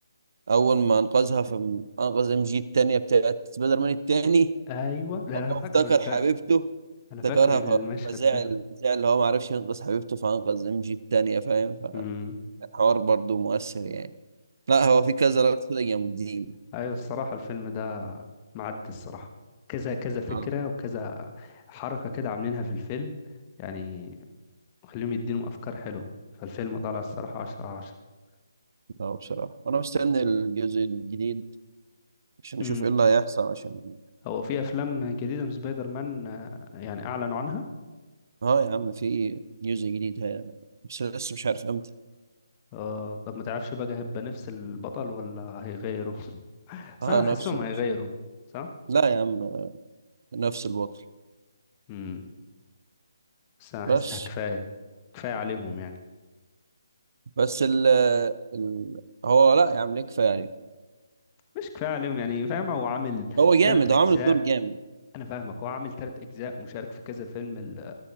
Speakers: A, on the right (about 50°); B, on the left (about 20°).
A: اول ما انقذها في انقذ ام جي التانية بتاعت سبايدر مان التاني
B: ايوه لا
A: هو
B: انا فاكره
A: افتكر
B: الفا
A: حبيبته
B: انا
A: افتكرها
B: فاكر المشهد
A: ف- فزعل
B: ده
A: زعل اللي هو معرفش ينقذ حبيبته فانقذ ام جي التانية فاهم
B: امم
A: حوار برضو مؤثر يعني لا هو في كذا لقطة كده جامدين
B: ايوه الصراحة الفيلم ده معدي الصراحة كذا كذا فكرة
A: اه
B: وكذا حركة كده عاملينها في الفيلم يعني خليهم يدينهم افكار حلوة فالفيلم طالع الصراحة عشرة على عشرة
A: اه بصراحة أنا مستني الجزء الجديد عشان
B: امم
A: أشوف إيه اللي هيحصل عشان
B: هو في افلام جديدة من سبايدر مان آه، يعني اعلنوا عنها
A: اه يا عم في جزء جديد هي... بس لسه مش عارف إمتى
B: آه طب ما تعرفش بقى هيبقى نفس البطل ولا هيغيروا <laughs> بس
A: اه
B: انا
A: نفسه
B: حاسسهم هيغيروا
A: نفسه
B: صح
A: لا يا عم نفس البطل
B: امم بس انا
A: بس
B: حاسسها كفاية كفاية عليهم يعني
A: بس ال ال هو لا يا عم ليه كفاية عليه
B: مش كفاية عليهم يعني فاهم هو عامل
A: هو جامد
B: تلات اجزاء
A: هو عامل الدور جامد
B: انا فاهمك هو عامل تلات اجزاء ومشارك في كذا فيلم ال-